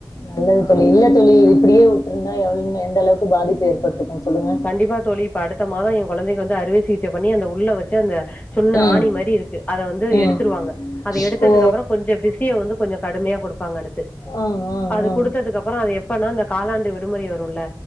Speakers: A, on the left; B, on the left.
A: நல்லது தோழி இல்ல தோழி இது இப்படியே வுட்ருந்தா எவள் எந்த அளவுக்கு பாதிப்பு ஏற்பட்ருக்கு சொல்லுங்க
B: கண்டிப்பா தோழி இப்ப அடுத்த மாதோ எ கொழந்தைக்கு வந்து அறுவை சிகிச்சை பண்ணி அந்த உள்ள வச்ச அந்த சின்ன
A: ம்
B: ஆணி மாரி இருக்கு அத வந்து
A: ம்
B: எடுத்துருவாங்க அத எடுத்ததுக்கு
A: ஓ
B: அப்புறோ கொஞ்சு பிசியோ வந்து கொஞ்சு கடுமையா குடுப்பாங்க அடுத்து
A: ஆ ஆ
B: அது
A: ஆ
B: குடுத்ததுக்கு அப்பறோ அது எப்பனா இந்த காலாண்டு விடுமுறை வருல